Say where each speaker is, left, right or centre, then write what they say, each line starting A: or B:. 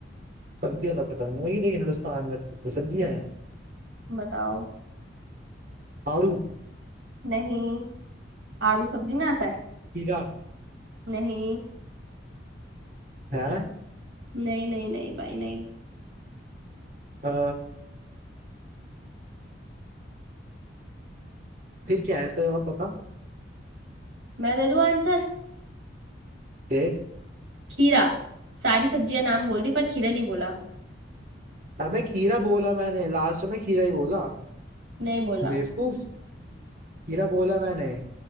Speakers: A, on the right; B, on the right.
A: सब्जियां तो खत्म हो गई लेकिन हिंदुस्तान में तो सब्जियां हैं
B: बताओ
A: आड़ू
B: नहीं आड़ू सब्जी में आता है
A: खीरा
B: नहीं
A: है
B: नहीं नहीं नहीं भाई नहीं
A: अ, फिर क्या है इसका जवाब बता
B: मैं दे दूं आंसर
A: दे
B: खीरा सारी सब्जियां नाम बोल दी पर खीरा नहीं बोला
A: अबे खीरा बोला मैंने लास्ट में खीरा ही बोला
B: नहीं बोला
A: बेवकूफ खीरा बोला मैंने